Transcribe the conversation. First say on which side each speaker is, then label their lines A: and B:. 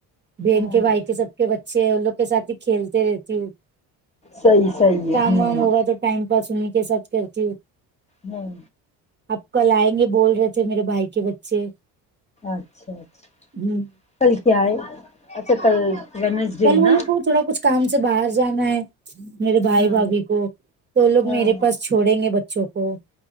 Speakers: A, on the right (about 25°); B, on the left (about 15°).
A: بہن
B: ہاں
A: کے بھائی کے سب کے بچے ہیں ان لوگ کے ساتھ ہی کھیلتے رہتی ہوں
B: صحیح صحیح ہے
A: کام
B: ہمم
A: وام ہوگا تو ٹائم پاس انہیں کے ساتھ کرتی ہو
B: ہوں
A: آپ کل آئیں گے بول رہے تھے میرے بھائی کے بچے
B: اچھا اچھا
A: ہ
B: کل کیا ہے اچھا کل وینسڈے
A: کل وہ
B: نا
A: لو کو تھوڑا کچھ کام سے باہر جانا ہے میرے بھائی
B: ہاں
A: بھبھی کو تو لوگ
B: ہاں
A: میرے پاس چھوڑیں گے بچوں کو